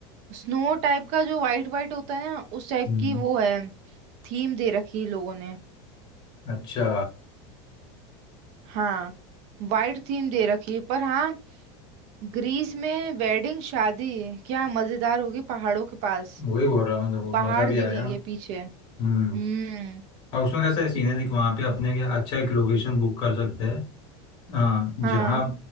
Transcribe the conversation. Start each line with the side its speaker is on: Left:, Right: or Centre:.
Right: स्नो टाइप का जो वाइट वाइट होता है ना उस टाइप
Left: हम्म,
Right: की वो है थीम दे रखी है लोगों ने
Left: अच्छा
Right: हाँ वाइट थीम दे रखी है पर हाँ ग्रीस में वेडिंग शादी क्या मजेदार होगी पहाड़ों के पास
Left: वही बोल रहा हूँ मतलब
Right: पहाड़
Left: मजा भी
Right: दिखेंगे
Left: आएगा
Right: पीछे
Left: हम्म
Right: हम्म
Left: और उसमें कैसा है सीन है देख वहाँ पे अपने क्या अच्छा एक लोकेशन बुक कर सकते हैं हाँ
Right: हाँ
Left: जहाँ